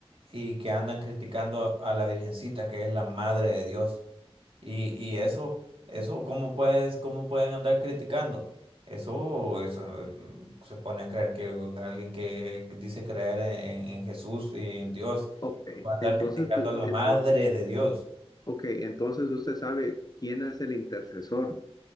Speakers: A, on the right (about 60°); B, on the left (about 40°).
A: y que andan criticando a la Virgencita, que es la madre de Dios. Y, y eso, eso, ¿cómo puedes, cómo pueden andar criticando? Eso, eso eh, mm, se pone a creer que uh, alguien que dice creer en, en- en Jesús y en Dios
B: Ok,
A: va a andar
B: entonces,
A: criticando a la
B: entonces,
A: madre de Dios.
B: okay, entonces usted sabe quién es el intercesor